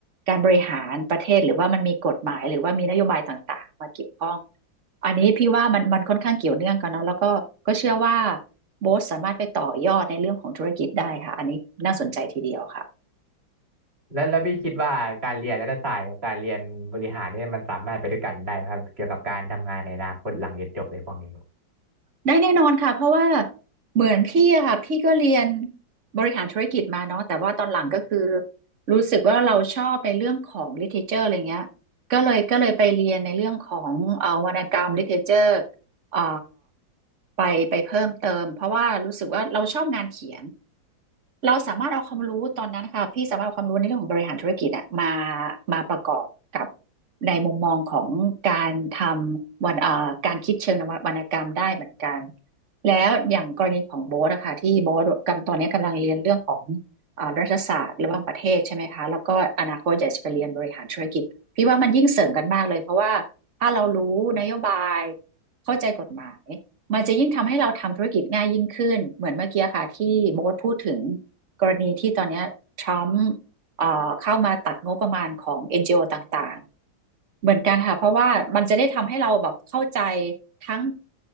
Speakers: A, on the right; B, on the right.
A: การบริหารประเทศหรือว่ามันมีกฎหมายหรือว่ามีนโยบายต่างๆมาเกี่ยวข้องอันนี้พี่ว่ามันมันค่อนข้างเกี่ยวเนื่องกันเนาะแล้วก็ก็เชื่อว่าโบสสามารถไปต่อยอดในเรื่องของธุรกิจได้ค่ะอันนี้น่าสนใจทีเดียวค่ะ
B: แล้วแล้วพี่คิดว่าการเรียนรัฐศาสตร์กับการเรียนบริหารเนี่ยมันสามารถไปด้วยกันได้ไหมครับเกี่ยวกับการทำงานในอนาคตหลังเรียนจบอะไรพวกนี้
A: ได้แน่นอนค่ะเพราะว่าเหมือนพี่อะค่ะพี่ก็เรียนบริหารธุรกิจมาเนาะแต่ว่าตอนหลังก็คือรู้สึกว่าเราชอบในเรื่องของ literature อะไรเงี้ยก็เลยก็เลยไปเรียนในเรื่องของเอ่อวรรณกรรม literature เอ่อไปไปเพิ่มเติมเพราะว่ารู้สึกว่าเราชอบงานเขียนเราสามารถเอาความรู้ตอนนั้นค่ะพี่สามารถเอาความรู้ในเรื่องของบริหารธุรกิจอะมามาประกอบกับในมุมมองของการทำวรรณเอ่อการคิดเชิงนววรรณกรรมได้เหมือนกันแล้วอย่างกรณีของโบ๊ทอะค่ะที่โบ๊ทกำตอนนี้กำลังเรียนเรื่องของอ่ารัฐศาสตร์ระหว่างประเทศใช่ไหมคะแล้วก็อนาคตอยากจะไปเรียนบริหารธุรกิจพี่ว่ามันยิ่งเสริมกันมากเลยเพราะว่าถ้าเรารู้นโยบาย เข้าใจกฎหมายมันจะยิ่งทำให้เราทำธุรกิจง่ายยิ่งขึ้นเหมือนเมื่อกี้ค่ะที่โบ๊ทพูดถึงกรณีที่ตอนนี้ทรัมป์เอ่อเข้ามาตัดงบประมาณของเอ็นจีโอต่างๆเหมือนกันค่ะเพราะว่ามันจะได้ทำให้เราแบบเข้าใจทั้ง